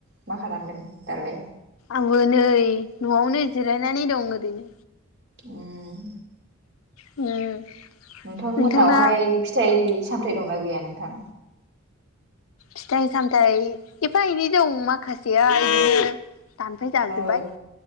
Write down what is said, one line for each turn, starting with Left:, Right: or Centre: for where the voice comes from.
Right: मा खालामदों दालाय?
Left: आंबो नै न'आवनो जिरायनानै दं ओरैनो।
Right: उम
Left: उम
Right: नोंथांमोननावहाय
Left: नोंथांना
Right: फिथाइ सामथाइ दंना गैया नोंथां?
Left: फिथाइ सामथाइ एफा एनै दं मा खासेया इदिनो दानफाय जाजोबबाय।
Right: औ